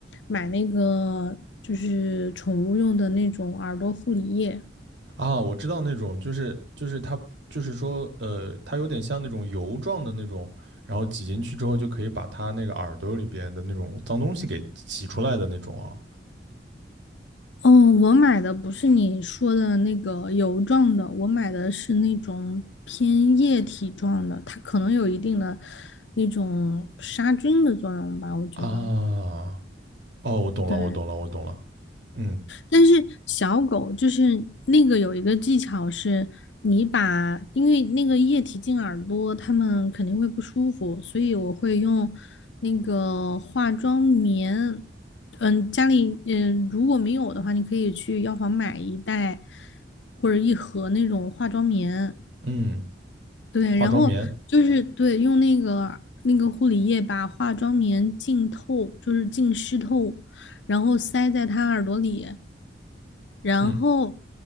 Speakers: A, on the left; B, on the right.
A: 买那个就是宠物用的那种耳朵护理液，
B: 啊，我知道那种就是就是它就是说呃，它有点像那种油状的那种，然后挤进去之后就可以把它那个耳朵里边的那种脏东西给洗出来的那种啊。
A: 哦，我买的不是你说的那个油状的，我买的是那种偏液体状的，它可能有一定的那种杀菌的作用吧，我觉得。
B: 啊，哦，我懂了，
A: 对，
B: 我懂了，我懂了。嗯
A: 但是小狗就是那个有一个技巧是，你把因为那个液体进耳朵，它们肯定会不舒服，所以我会用那个化妆棉。嗯，家里嗯如果没有的话，你可以去药房买一袋或者一盒那种化妆棉，
B: 嗯，
A: 对，
B: 化妆棉，
A: 然后就是对，用那个那个护理液把化妆棉浸透，就是浸湿透，然后塞在他耳朵里，然后
B: 嗯